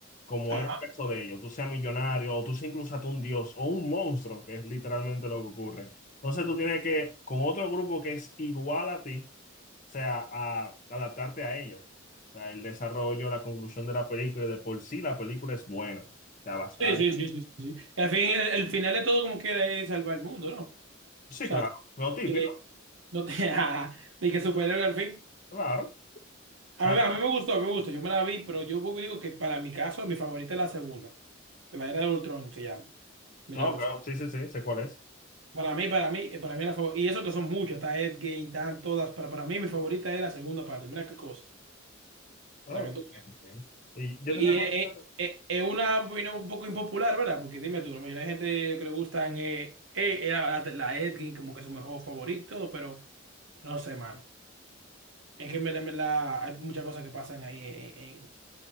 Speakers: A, on the left; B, on the right.
A: como
B: ajá.
A: era el caso de ellos, tú seas millonario o tú seas incluso hasta un dios o un monstruo, que es literalmente lo que ocurre. Entonces tú tienes que, con otro grupo que es igual a ti, o sea, a adaptarte a ellos. O sea, el desarrollo, la conclusión de la película, y de por sí la película es buena. O sea, vas a...
B: Sí, sí, sí, sí, sí. sí. Y al fin, el, el final de todo como quiera es salvar el mundo, ¿no? O
A: Sí,
B: sea,
A: claro, lo típico,
B: que no te, <laughs> ni que superhéroe al fin.
A: claro. Salva.
B: A mí, a mí me gustó, a mí me gustó. Yo me la vi, pero yo vuelvo y digo que para mi caso, mi favorita es la segunda. La era de Ultron se llama. Mira,
A: No,
B: pues,
A: claro, sí, sí, sí, sé cuál es.
B: para mí, para mí, eh, para mí la favorita. Y eso que son muchas, está Endgame, están todas, pero para mí mi favorita es la segunda parte. Mira qué cosas.
A: Ok,
B: Para que tú...
A: ok. Y yo
B: Y
A: te realmente,
B: es, es- es- es una opinión un poco impopular, ¿verdad? Porque dime tú, la mayoría de gente que le gustan eh, eh, eh, la, la la Endgame como que es su mejor favorito, pero no sé, mano. Es que en verdad, en verdad, hay muchas cosas que pasan ahí en, en-